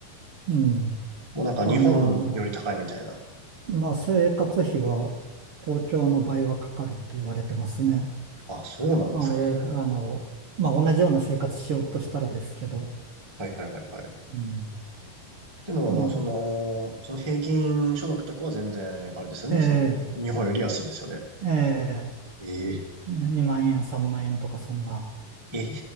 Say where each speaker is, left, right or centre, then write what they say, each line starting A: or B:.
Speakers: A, on the right; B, on the right.
A: うん。
B: もうなんか日本より高いみたいな。
A: あの、まあ、生活費は東京の倍はかかると言われてますね。
B: あ、そうなんですか。
A: あ、ええ、あの、まあ、同じような生活しようとしたらですけど、
B: はいはいはいはい。
A: うん。
B: でも、
A: まあ、
B: その、その平均所得とかは全然、あれですよね。
A: ええ、
B: その、日本より安いんですよね。
A: ええ、
B: ええ。
A: 2万円、3万円とかそんな
B: え、